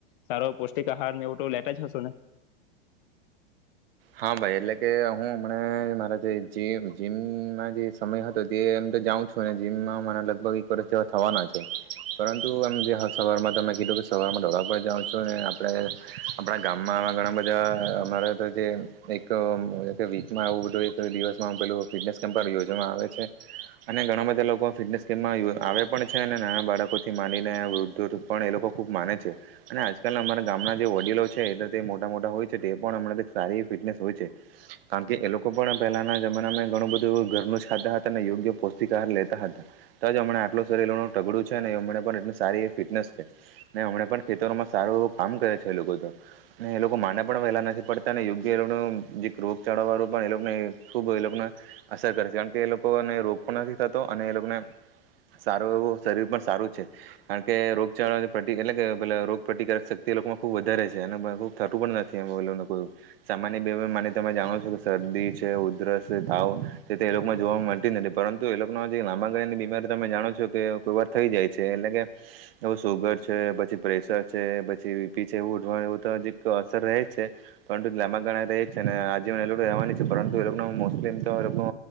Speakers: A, on the left; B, on the right.
A: સારો પૌષ્ટિક આહાર ને એવ તો લેતા જ હશુ ને
B: હા ભાઈ એટલે કે હું હમણા મારા જેમ જીમમાં જે સમય હતો તેમ તો જાઉં છું જીમમાં મારા લગભગ એક વર્ષ જેવા થવાના છે પરંતુમ જે સવારમાં તોં કીધું કે સવારમાં ઢોળા પર જાઉં છું આપણે આપણા ગામમાં ઘણા બધા અમારા તો જે એક વીચમાં એું બધું એક દિવસમાં પેલું ફિટનેસ કેમ્પ યોજવામાં આવે છે અને ઘણા બધા લોકો ફિટનેસ કેમ્પમાં આવે પણ છે અને નાના બાળકો થી માનીને વૃદ્ધ પણ એ લોકો ખુબ માને છે અને આજકાલ અમારા ગામના જે વડીલો છે એ તે મોટા મોટા હોય છે તે પણ હમણાં સારી હોય કારણ કે એ લોકો પણ પહેલાના જમાનામાં ઘણું બધું ઘરનું જ ખાતા હતા અને યોગ્ય પૌષ્ટિક આહાર લેતા હતા તોજ હમણા આટલ શરીનું ટગડું છે નેમ એટલ સારી એ ફિટનેસ છે ને હમણા પણ ખેતરોમાં સારું એવ કામ કરે છે એ લોકો એ લોકો માને પણ વહેલા નથી પડતા લોકો જે રોગ ચાળા વાળું પણ એને ખુબ એ લોકોને અસર કરે છે કારણ કે એ લોકોને રોગ પણ નથી થતો અને એ લોકોને સારો એવું શરીર પણ સારું છે કારણ કે રોગ ચાળા એટલે કે રોગ પ્રતિકારક શક્તિ એ લોકોમાં ખુબ વધારે છે અને ખબ થતું પણ નથી લોકો સામાન્ય બીમા માને તમે જાણો છો કે શરદી છે ઉધરસ છે તાવ છે તે એ લોકોમાં જોવા મળતી જ નથી પરંતુ એ લોકોનો લાંબા ગાળાની બીમારી તમે જાણો છો કે કોઈ વાર થઈ જાય છે એટલે કે એ સુગર છે પછી પ્રેશર છે પછી બીપી છે એવું ઉઠવાનું એવું તો હજી અસર રહે જ છે પણ લાબ ગણાા રહે જ છે અને આજીવન એ લોકો રહેવા છે પરંતુ એ લોકો મોસ્ટલી તો એ લોકો